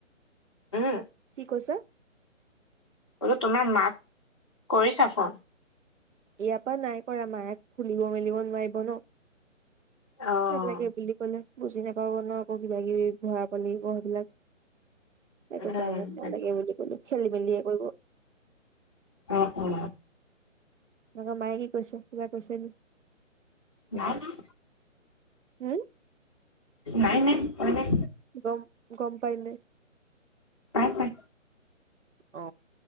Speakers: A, on the left; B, on the right.
A: উম
B: কি কৈছ
A: বোলো তোমাৰ মাক কৰিছা ফন
B: ইয়াৰ পৰা নাই কৰা মাই খুলিব মেলিব নোৱাৰিব ন
A: অ',
B: নালাগে বুলি কলে বুজি নাপাব ন আকৌ কিবা কিবি ভৰা পালিব সেইবিলাক সেইটো
A: উম,
B: কাৰণে
A: সেইটো।
B: নালাগে বুলি কলো খেলি মেলিয়ে কৰিব
A: অ অ
B: তাপা মায়ে কি কৈছে কিবা কৈছে নি।
A: নাই নাই
B: হম
A: নাই নাই কোৱা নাই
B: গম গম পাই নাই
A: পাই পাই
B: অ